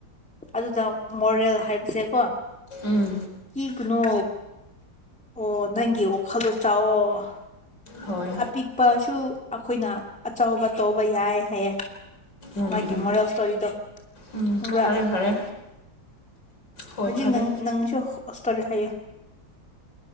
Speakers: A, in the centre; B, on the left.
A: ꯑꯗꯨꯗ ꯃꯣꯔꯦꯜ ꯍꯥꯏꯕꯁꯦꯀꯣ
B: ꯎꯝ
A: ꯀꯤꯒꯅꯨ ꯑꯣ ꯅꯪꯒꯤ ꯋꯥꯈꯜꯗꯣ ꯆꯥꯎꯥꯛꯋꯣ
B: ꯍꯣꯏ
A: ꯑꯄꯤꯛꯄꯁꯨ ꯑꯩꯈꯣꯏꯅ ꯑꯆꯧꯕ ꯇꯧꯕ ꯌꯥꯏ ꯍꯥꯏꯌꯦ
B: ꯎꯝ
A: ꯃꯥꯒꯤ
B: ꯎꯝ
A: ꯃꯣꯔꯦꯜ ꯏꯁꯇꯣꯔꯤꯗꯣ
B: ꯎꯝ
A: ꯈꯪꯕ꯭ꯔꯥ
B: ꯐꯔꯦ ꯐꯔꯦ ꯍꯣꯏ
A: ꯍꯧꯖꯤꯛ
B: ꯐꯔꯦ
A: ꯅꯪꯁꯨ ꯀꯣꯁꯇꯣꯔꯦ ꯍꯥꯏꯌꯦ <inaudible>